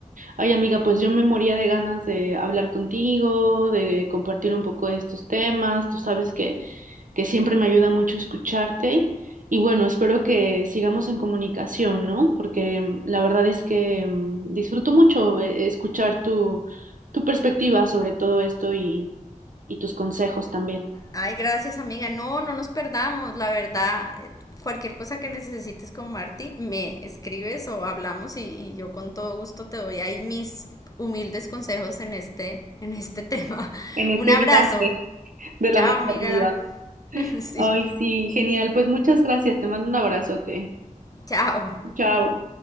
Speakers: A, on the right; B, on the left.
A: Ay, amiga, pues yo me moría de ganas de hablar contigo, de compartir un poco de estos temas. Tú sabes que que siempre me ayuda mucho escucharte. Y bueno, espero que sigamos en comunicación, ¿no? Porque mm, la verdad es que mm, disfruto mucho eh, escuchar tu, tu perspectiva sobre todo esto y, y tus consejos también
B: Ay, gracias amiga. No, no nos perdamos. La verdad, eh, cualquier cosa que necesites con Marti, me escribes o hablamos y, y yo con todo gusto te doy ahí mis humildes consejos en este, en este tema. <laughs>
A: en este
B: Un abrazo.
A: viaje de la
B: Chao
A: maternidad.
B: amiga. <laughs> Sí,
A: Ay, sí, genial. Pues muchas gracias. Te mando un abrazote.
B: chao.
A: Chao.